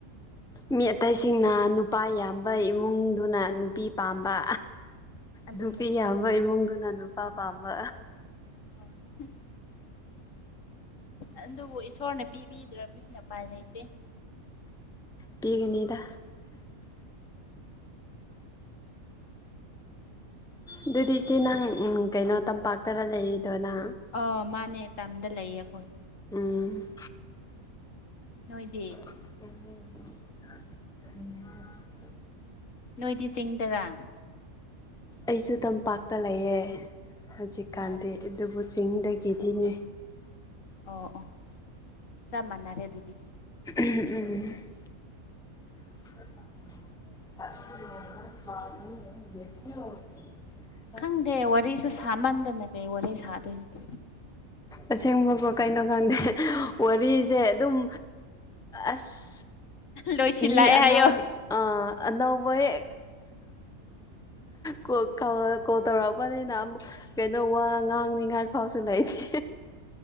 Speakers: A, in the centre; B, on the left.
A: ꯃꯤ ꯑꯇꯩꯁꯤꯡꯅ ꯅꯨꯄꯥ ꯌꯥꯝꯕ ꯏꯃꯨꯡꯗꯨꯅ ꯅꯨꯄꯤ ꯄꯥꯝꯕ
B: ꯑꯗꯨꯅꯦ
A: ꯅꯨꯄꯤ ꯌꯥꯝꯕ ꯏꯃꯨꯡꯗꯨꯅ ꯅꯨꯄꯥ ꯄꯥꯝꯕ
B: <unintelligible> ꯑꯗꯨꯕꯨ ꯏꯁꯣꯔꯅ ꯄꯤꯕꯤꯗ꯭ꯔꯕꯅꯤꯅ ꯎꯄꯥꯏ ꯂꯩꯇꯦ
A: ꯄꯤꯒꯅꯤꯗ ꯑꯗꯨꯗꯤ ꯏꯆꯦ ꯅꯪ ꯎꯝ꯫ ꯀꯩꯅꯣ ꯇꯝꯄꯥꯛꯇꯔ ꯂꯩꯔꯤꯗꯣꯅ
B: ꯑꯣ ꯃꯥꯅꯦ ꯇꯝꯗ ꯂꯩꯌꯦ ꯑꯩꯈꯣꯏ
A: ꯎꯝ
B: ꯅꯣꯏꯗꯤ
A: <unintelligible>
B: ꯅꯣꯏꯗꯤ ꯆꯤꯡꯗꯔꯥ
A: ꯑꯩꯁꯨ ꯇꯝꯄꯥꯛꯇ ꯂꯩꯌꯦ ꯍꯧꯖꯤꯛꯀꯥꯟꯗꯤ
B: ꯑꯣ
A: ꯑꯗꯨꯕꯨ ꯆꯤꯡꯗꯒꯤꯗꯤꯅꯦ
B: ꯑꯣ ꯑꯣ ꯆꯞ ꯃꯥꯟꯅꯔꯦ ꯑꯗꯨꯗꯤ
A: ꯎꯝ <unintelligible> <unintelligible>
B: ꯈꯪꯗꯦ ꯋꯥꯔꯤꯁꯨ ꯁꯥꯃꯟꯗꯅ ꯀꯩ ꯋꯥꯔꯤ ꯁꯥꯗꯣꯏꯅꯣ
A: ꯑꯁꯦꯡꯕꯀꯣ ꯀꯩꯅꯣ ꯈꯪꯗꯦ ꯋꯥꯔꯤꯁꯦ ꯑꯗꯨꯝ ꯑꯁ
B: ꯂꯣꯏꯁꯤꯜꯂꯛꯑꯦ
A: ꯃꯤ ꯑꯅꯧ
B: ꯍꯥꯏꯌꯣ
A: ꯑ ꯑꯅꯧꯕ ꯍꯦꯛ ꯀꯣꯜ ꯀ ꯀꯣꯜ ꯇꯧꯔꯛꯄꯅꯤꯅ ꯑꯃꯨꯛ ꯀꯩꯅꯣ ꯋꯥ ꯉꯥꯡꯅꯤꯉꯥꯏ ꯐꯥꯎꯁꯨ ꯂꯩꯇꯦ